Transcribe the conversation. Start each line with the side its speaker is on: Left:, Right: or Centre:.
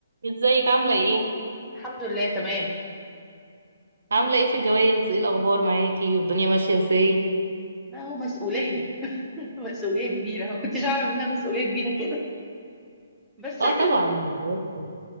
Right: ازيك عاملة ايه؟
Centre: الحمد لله تمام
Right: عاملة ايه في الجواز؟ ايه الأخبار معاكي؟ والدنيا ماشية ازاي؟
Centre: لا هو مسؤولية <laughs> مسؤولية كبيرة ما كنتش أعرف إنها مسؤولية كبيرة كده بس
Right: اه
Centre: حلوة
Right: طبعا
Centre: يعني
Right: الجواز.